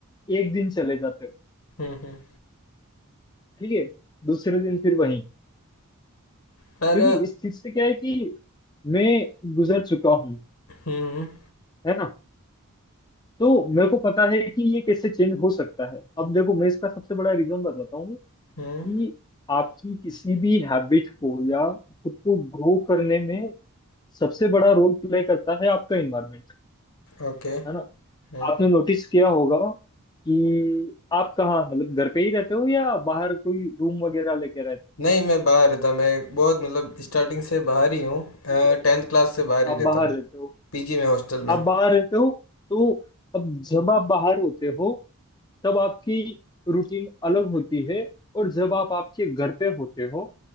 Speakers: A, on the left; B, on the left.
A: एक दिन चले जाते हो
B: हम्म हम्म
A: ठीक है दूसरे दिन फिर वहीं
B: पर
A: क्योंकि इस चीज से क्या है कि मैं गुजर चुका हूँ
B: हम्म
A: है ना तो मेरे को पता है कि ये कैसे चेंज हो सकता है अब देखो मैं इसका सबसे बड़ा रीजन बताता हूँ
B: हम्म
A: कि आपकी किसी भी हैबिट को या खुद को ग्रो करने में सबसे बड़ा रोल प्ले करता है आपका इन्वायरमेंट
B: ओके
A: है ना
B: हाँ
A: आपने नोटिस किया होगा कि आप कहाँ मतलब घर पे ही रहते हो या बाहर कोई रूम वगैरह लेके रहते हो
B: नहीं मैं बाहर रहता मैं बहुत मतलब स्टार्टिंग से बाहर ही हूँ
A: ठीक है
B: टेंथ क्लास से बाहर ही
A: आप बाहर
B: रहता हूँ
A: रहते हो
B: पीजी में हॉस्टल
A: आप
B: में
A: बाहर रहते हो तो अब जब आप बाहर होते हो तब आपकी रूटीन अलग होती है और जब आप आपके घर पे होते हो